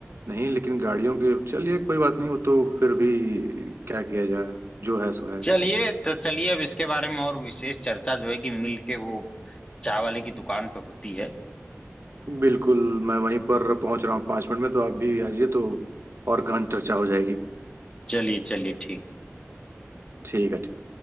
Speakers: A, on the right; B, on the left.
A: नहीं लेकिन गाड़ियों के चलिए कोई बात नहीं वो तो फिर भी क्या किया जाए जो है सो है
B: चलिए तो चलिए अब इसके बारे में और विशेष चर्चा जो है कि मिल के वो चाय वाले की दुकान पे होती है
A: बिल्कुल मैं वहीं पर पहुंच रहा हूँ पाँच मिनट में तो आप भी आइए तो और गहन चर्चा हो जाएगी
B: चलिए चलिए ठीक
A: ठीक है ठीक।